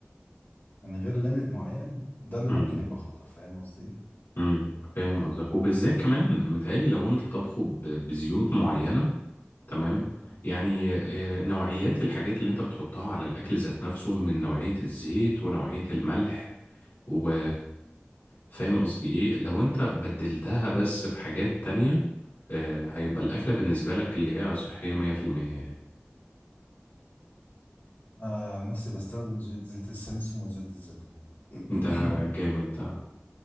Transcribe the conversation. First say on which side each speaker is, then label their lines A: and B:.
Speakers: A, on the left; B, on the left.
A: من غير ليميت معين ده اللي
B: مم.
A: ممكن يبقى خطر فاهم قصدي ايه
B: مم. فاهم قصدك وبالذات كمان متهيألي لو انت طبخه ب- بزيوت معينة تمام
A: يعني
B: يعني آه، نوعيات الحاجات اللي انت بتحطها على الاكل ذات نفسه من نوعية الزيت ونوعية الملح و فاهم قصدي ايه لو انت بدلتها بس بحاجات تانية آه، هيبقى الأكلة بالنسبة لك اللي هي صحية مية في المية يعني
A: انا عن نفسي بستخدم زيت زيت السمسم وزيت الزيتون <coughs> <clears throat>
B: ده جامد ده